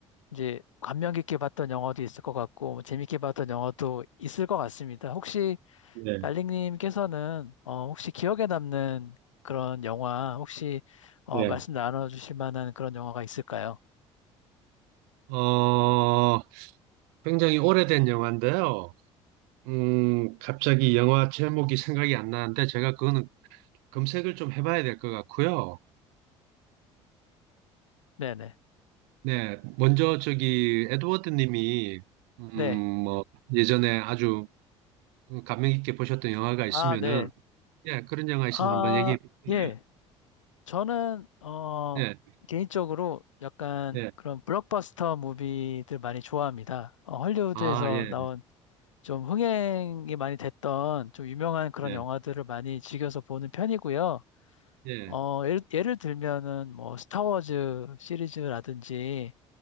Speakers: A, on the left; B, on the right.
A: 이제 감명 깊게 봤던 영화도 있을 것 같고 뭐 재밌게 봤던 영화도 있을 것 같습니다. 혹시
B: 네,
A: 달링님께서는 어, 혹시 기억에 남는 그런 영화 혹시 어,
B: 예.
A: 말씀 나눠주실 만한 그런 영화가 있을까요?
B: 어, 굉장히 오래된 영화인데요. 음, 갑자기 영화 제목이 생각이 안 나는데 제가 그거는 검색을 좀 해봐야 될 것 같고요.
A: 네네.
B: 네, 먼저 저기 에드워드 님이 음,
A: 네.
B: 뭐 예전에 아주 감명 깊게 보셨던 영화가 있으면은
A: 아, 네.
B: 예, 그런 영화 있으면
A: 아,
B: 한번 얘기해 보세요.
A: 예. 저는 어,
B: 예,
A: 개인적으로 약간
B: 예.
A: 그런 블록버스터 무비들 많이 좋아합니다. 어, 헐리우드에서
B: 아, 예,
A: 나온 좀 흥행이 많이 됐던 좀 유명한 그런
B: 예,
A: 영화들을 많이 즐겨서 보는 편이고요.
B: 예,
A: 어, 예를, 예를 들면은 뭐 스타워즈 시리즈라든지